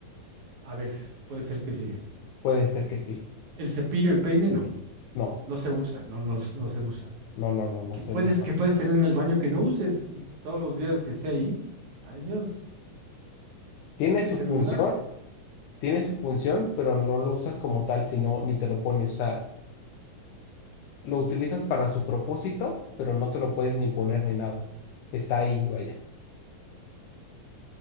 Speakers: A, on the right; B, on the left.
A: A veces, puede ser que sí.
B: puede ser que sí.
A: El, el cepillo, el peine, no,
B: No,
A: no se usa, no, no, no se usa.
B: no, no, no, no
A: ¿Qué
B: se
A: puedes,
B: usa.
A: qué puedes tener en el baño que no uses? Y todos los días que esté ahí, ay Dios,
B: Tiene
A: el
B: su
A: celular
B: función, tiene su función, pero no lo usas como tal, sino ni te lo pones, o sea, lo utilizas para su propósito, pero no te lo puedes ni poner ni nada. Está ahí, vaya.